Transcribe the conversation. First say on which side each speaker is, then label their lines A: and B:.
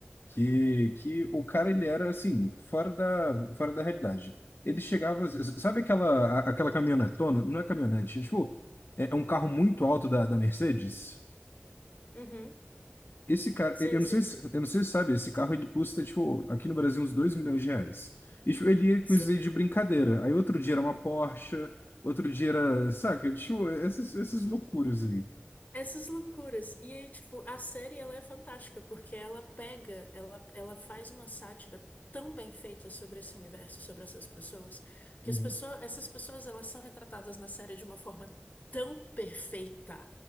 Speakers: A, on the left; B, on the left.
A: que, que o cara ele era assim, fora da, fora da realidade. Ele chegava, sabe aquela, a- aquela caminhonetona? Não é caminhonete, é tipo, é é um carro muito alto da, da Mercedes.
B: Uhum.
A: Esse cara,
B: Sei,
A: eu não
B: sei,
A: sei se,
B: sei.
A: eu não sei se sabe, esse carro ele custa, tipo, aqui no Brasil uns 2 milhões de reais. E tipo, ele ia
B: Sim.
A: com isso aí de brincadeira. Aí outro dia era uma Porsche, outro dia era, saca? Tipo, essas, essas loucuras aí.
B: Essas loucuras. E aí, tipo, a série ela é fantástica, porque ela pega, ela, ela faz uma sátira tão bem feita sobre esse universo, sobre essas pessoas, que
A: Uhum.
B: as pessoas, essas pessoas elas são retratadas na série de uma forma tão perfeita,